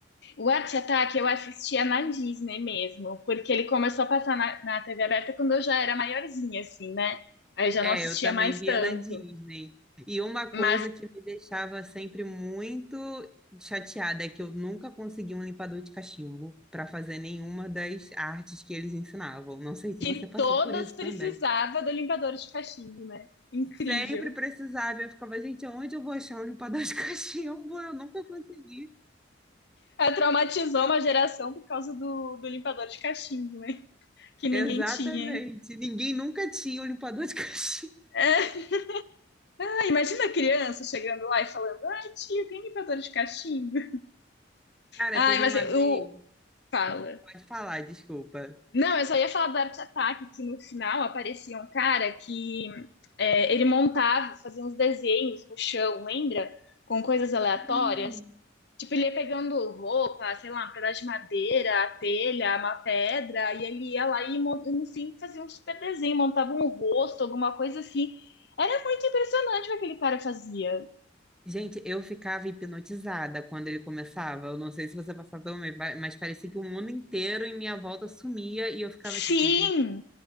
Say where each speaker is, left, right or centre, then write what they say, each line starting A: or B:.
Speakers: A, on the left (about 60°); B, in the centre.
A: O Arte Ataque eu assistia na Disney mesmo, porque ele começou a passar na, na TV aberta quando eu já era maiorzinha, assim, né? Aí eu já
B: É,
A: não assistia
B: eu também
A: mais
B: via
A: tanto.
B: na Disney. E uma coisa
A: Mas
B: que me deixava sempre muito chateada é que eu nunca consegui um limpador de cachimbo para fazer nenhuma das artes que eles ensinavam. Não sei se
A: que
B: você passou
A: todas
B: por isso
A: precisava
B: também.
A: do limpador de cachimbo, né? Incrível.
B: Sempre precisava, eu ficava, gente, onde eu vou achar um limpador de <laughs> cachimbo? Eu nunca consegui.
A: Ela traumatizou uma geração por causa do, do limpador de cachimbo, né? Que ninguém
B: Exatamente.
A: tinha.
B: Ninguém nunca tinha um limpador de <laughs> cachimbo.
A: É, ah, imagina a criança chegando lá e falando: Ai, tio, tem limpador de cachimbo?
B: Cara,
A: Ai,
B: teve
A: mas
B: uma
A: eu.
B: vez,
A: Fala.
B: pode falar, desculpa.
A: Não, eu só ia falar do Art Attack, que no final aparecia um cara que é, ele montava, fazia uns desenhos no chão, lembra? Com coisas aleatórias.
B: Hum.
A: Tipo, ele ia pegando roupa, sei lá, um pedaço de madeira, a telha, uma pedra, e ele ia lá e mon- no fim fazia um super desenho, montava um rosto, alguma coisa assim. Era muito impressionante o que aquele cara fazia.
B: Gente, eu ficava hipnotizada quando ele começava. Eu não sei se você passava pelo meio, vai- mas parecia que o mundo inteiro em minha volta sumia e eu ficava
A: Sim!
B: tipo, gente,